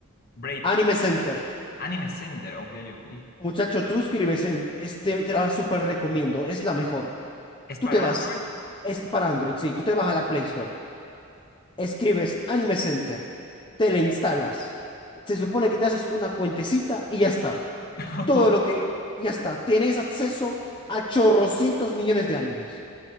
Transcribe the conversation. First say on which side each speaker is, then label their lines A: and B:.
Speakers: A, on the left; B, on the left.
A: Braid,
B: Anime Center.
A: Anime Center, ok, ok.
B: Muchacho, tú escribes en... es- te, te la súper recomiendo, es la mejor.
A: ¿Es
B: Tú
A: para
B: te vas,
A: Android?
B: es para Android, sí, tú te vas a la Play Store, escribes Anime Center, te la instalas. Se supone que te haces una cuentecita y ya está.
A: <laughs>
B: todo lo que, ya está, tenés acceso a chorrocientos millones de animes.